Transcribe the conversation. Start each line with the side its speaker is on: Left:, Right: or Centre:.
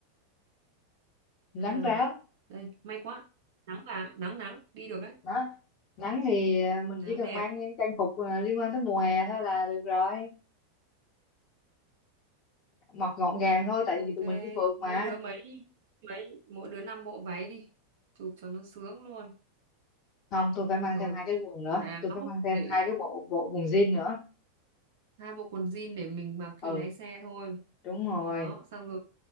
Left: nắng
Right: à
Left: ráo.
Right: đây may quá nắng và nắng nắng đi được đấy
Left: Đó. Nắng thì à, mình
Right: nắng
Left: chỉ cần
Right: đẹp
Left: mang những trang phục à, liên quan tới mùa hè thôi là được rồi, mặc gọn gàng thôi tại
Right: Ok,
Left: vì tụi mình đi phượt mà.
Right: mỗi đứa mấy mấy mỗi đứa năm bộ váy đi, chụp cho nó sướng luôn.
Left: không tôi phải mang
Right: Rồi
Left: thêm hai cái quần nữa
Right: áo
Left: tôi phải mang
Right: để
Left: thêm hai cái bộ bộ quần jean nữa
Right: hai bộ quần jean để mình mặc khi
Left: ừ
Right: lái xe thôi.
Left: đúng rồi
Right: Đó, xong rồi